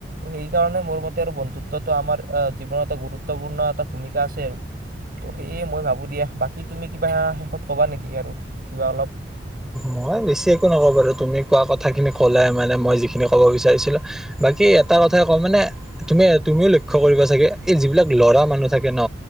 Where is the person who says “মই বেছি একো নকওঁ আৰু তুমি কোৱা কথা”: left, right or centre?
Centre